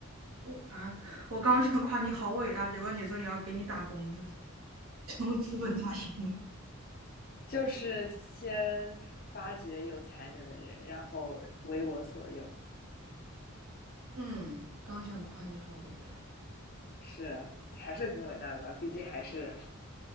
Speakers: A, on the right; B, on the left.
A: 我啊，我刚刚想夸你好伟大，结果你说你要给你打工，这是什么资本家行为？
B: 就是先发掘有才能的人，然后为我所用，
A: 嗯，刚想夸你好伟大，
B: 是还是挺伟大的吧？毕竟还是